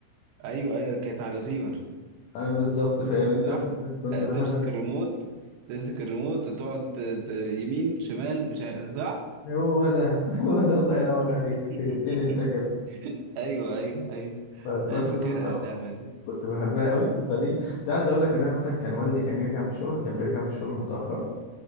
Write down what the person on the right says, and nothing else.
ايوه ايوه كانت على الريسيفر
صح
آه،
تمسك
الريموت تمسك الريموت وتقعد ت- ت- يمين شمال مش عارف- صح
<laughs>
ايوه ايوه ايوه
ايوه فاكرها
اللعبه
دي
أمم.